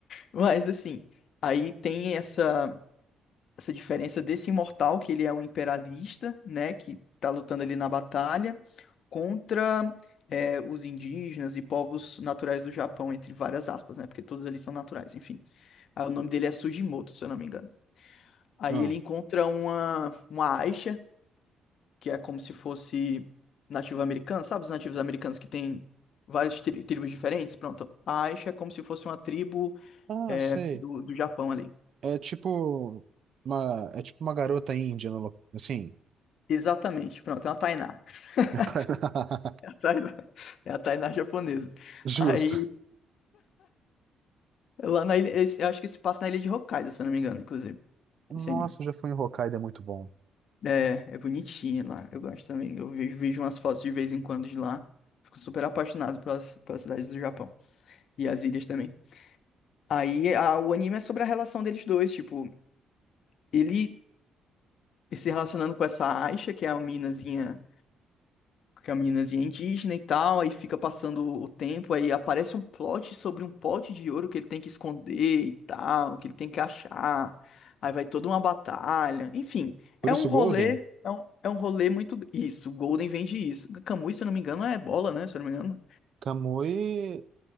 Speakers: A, on the left; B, on the right.
A: Mas, assim, aí tem essa essa diferença desse imortal, que ele é um imperialista, né, que tá lutando ali na batalha, contra é, os indígenas e povos naturais do Japão, entre várias aspas, né, porque todos ali são naturais, enfim. Aí o nome dele é Sugimoto, se eu não me engano. Aí
B: Ah,
A: ele encontra uma, uma Aisha, que é como se fosse nativo americano, sabe os nativos americanos que tem várias tri- tribos diferentes? Pronto, a Aisha é como se fosse uma tribo
B: ah,
A: é,
B: sei.
A: do, do Japão ali.
B: É tipo uma, é tipo uma garota índia, no lo- assim.
A: Exatamente, pronto, é uma Tainá. <laughs>
B: <laughs>
A: Tainá. É a Tainá japonesa.
B: Justo.
A: Aí, lá na ilha, esse- eu acho que se passa na ilha de Hokkaido, se eu não me engano, inclusive,
B: Nossa,
A: esse anime.
B: já fui em Hokkaido, é muito bom.
A: É, é bonitinho lá, eu gosto também. Eu vejo, vejo umas fotos de vez em quando de lá. Fico super apaixonado pelas, pelas cidades do Japão. E as ilhas também. Aí, a- o anime é sobre a relação deles dois, tipo, ele se relacionando com essa Aisha, que é a minazinha que a meninazinha é indígena e tal, aí fica passando o tempo, aí aparece um plot sobre um pote de ouro que ele tem que esconder e tal, que ele tem que achar. Aí vai toda uma batalha. Enfim,
B: Por
A: é
B: isso,
A: um rolê,
B: Golden.
A: é um, é um rolê muito. Isso, o Golden vende isso. Camus, se eu não me engano, é bola, né? Se eu não me engano.
B: Kamui,